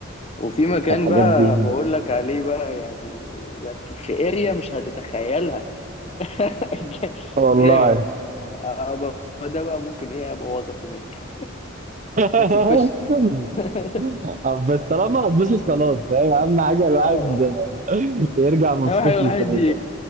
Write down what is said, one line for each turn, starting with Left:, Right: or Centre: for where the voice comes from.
Left: وفي مكان
Right: الحاجات
Left: بقى
Right: دي
Left: بقول لك عليه بقى يعني ده في اريا مش هتتخيلها <laughs>
Right: والله
Left: جامد أبقى- ده بقى ممكن ايه ابوظك هناك <laughs>
Right: <laughs>
Left: هتتبسط <laughs> اه
Right: أب- بس طالما هتبسط خلاص فاهم اهم حاجه الواحد
Left: آه.
Right: <laughs> يرجع مبسوط
Left: اهم حاجه الواحد
Right: من الخروجه